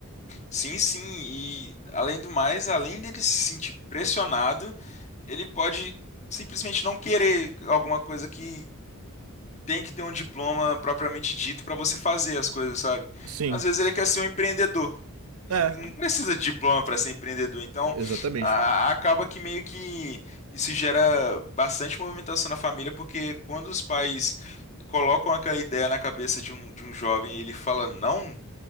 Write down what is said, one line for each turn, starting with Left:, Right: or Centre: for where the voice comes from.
Left: Sim, sim. E além do mais, além dele se sentir pressionado, ele pode simplesmente não querer alguma coisa que tem que ter um diploma propriamente dito para você fazer as coisas, sabe?
Right: Sim.
Left: Às vezes ele quer ser um empreendedor e
Right: É,
Left: não precisa de diploma para ser empreendedor. Então,
Right: exatamente.
Left: a- acaba que meio que isso gera bastante movimentação na família, porque quando os pais colocam aquela ideia na cabeça de um, de um jovem e ele fala não,